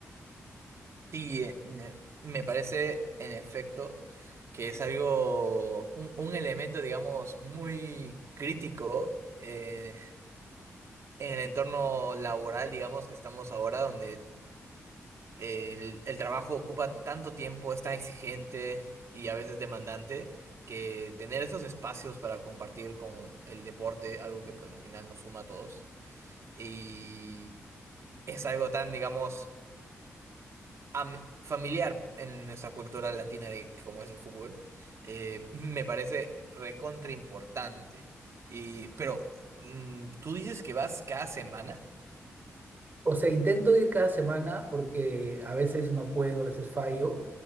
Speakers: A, on the right (about 60°); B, on the right (about 35°).
A: Sí, eh, ne- me parece en efecto que es algo, un, un elemento, digamos, muy crítico eh, en el entorno laboral, digamos, que estamos ahora, donde el, el trabajo ocupa tanto tiempo, es tan exigente y a veces demandante, que tener esos espacios para compartir con el deporte, algo que pues al final nos suma a todos, y es algo tan, digamos, am- familiar en nuestra cultura latina de cómo es el fútbol, eh, me parece recontra importante. Y, pero, mm, ¿tú dices que vas cada semana?
B: O sea, intento ir cada semana porque a veces no puedo, a veces fallo